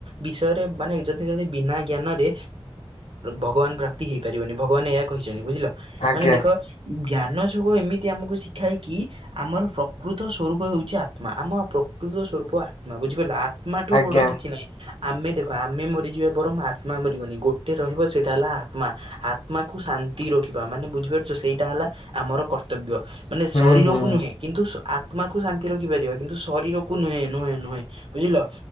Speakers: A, on the right; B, on the left.
A: ବିଷୟରେ ମାନେ ଯଦି ଜଳେ ବିନା ଜ୍ଞାନରେ ଭଗବାନ ପ୍ରାପ୍ତି ହେଇ ପାରିବନି ଭଗବାନ ଏହା କହିଛନ୍ତି ବୁଝିଲ?
B: ଆଜ୍ଞା
A: ମାନେ ଦେଖ ଜ୍ଞାନ ଯୋଗ ଏମିତି ଆମକୁ ଶିଖାଏକି ଆମର ପ୍ରକୃତ ସ୍ୱରୂପ ହେଉଛି ଆତ୍ମା ଆତ୍ମ ପ୍ରକୃତ ସ୍ୱରୂପ ଆତ୍ମା ବୁଝିପାରିଲ ଆତ୍ମା। ମାଠୁ
B: ଆଜ୍ଞା
A: ବଡ କିଛି ନାହିଁ। ଆମେ ଦେଖ ଆମେ ମରିଯିବା ବରଂ ମୁ ଆତ୍ମା ମରିବନି ଗୋଟେ ରହିବ ସେଇଟା ହେଲା ଆତ୍ମା। ଆତ୍ମାକୁ ଶାନ୍ତି ରଖିବା ମାନେ ବୁଝିପାରୁଛ ସେଇଟା ହେଲା ଆମର କର୍ତ୍ତବ୍ୟ ମାନେ
B: ହୁଁ
A: ଶରୀରକୁ
B: ହୁଁ
A: କୁ ନୁହେଁ କିନ୍ତୁ ଆତ୍ମାକୁ ଶାନ୍ତି ରଖିପାରିବା କିନ୍ତୁ ଶରୀରକୁ ନୁହେଁ ନୁହେଁ ନୁହେଁ ବୁଝିଲ?